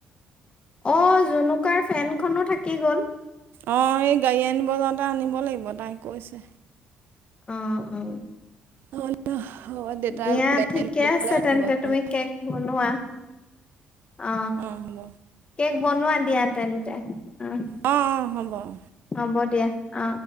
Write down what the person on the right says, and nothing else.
অঁ সেই গাড়ী আনিব যাওঁতে আনিব লাগিব তাই কৈছে।
হ'লেও হ'ব দেউতাই
বোলো গাড়ী আনিব
গ'লে
আনিব
নহ'লে
অঁ হ'ব
অঁ অঁ হ'ব অঁ